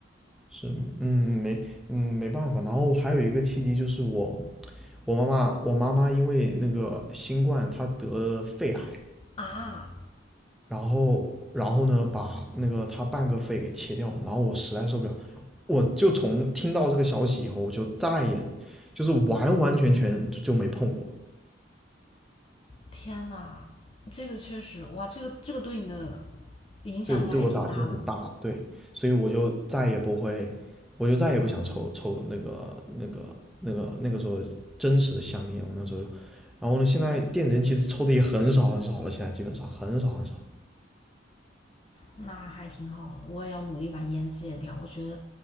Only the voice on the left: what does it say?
啊！
天呐，这个确实，哇，这个这个对你的影响应该还挺大的。
那还挺好的，我也要努力把烟戒掉。我觉得